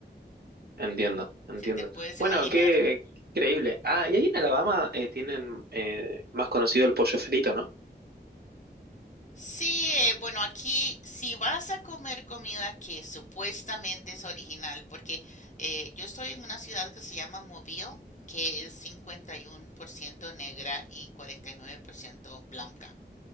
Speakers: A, on the right (about 65°); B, on the left (about 45°).
A: entiendo, entiendo.
B: si te puedes
A: Bueno,
B: imaginar.
A: qué, qué increíble. Ah, y ahí en Alabama eh, tienen eh, más conocido el pollo frito, ¿no?
B: Sí, eh, bueno, aquí si vas a comer comida que supuestamente es original, porque eh, yo estoy en una ciudad que se llama Mobile, que es 51% negra y 49% blanca.